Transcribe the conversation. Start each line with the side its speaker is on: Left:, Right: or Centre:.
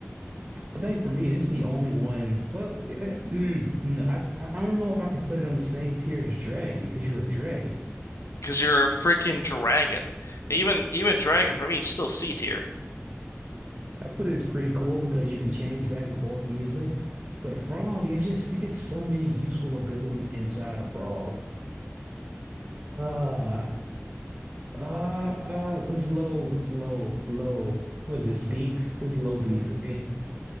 Right: I think for me, this is the only one. Well, eh, mm, no, I, I I don't know if I can put it on the same tier as dragon because you're a dragon.
Left: Because you're a freaking dragon. Even even dragon for me is still C tier.
Right: I put it as pretty cool because you can change back and forth easily. But a frog is just you get so many useful abilities inside a frog. Uh, uh, uh, it's low, it's low, low. What is this B? It's low B for me.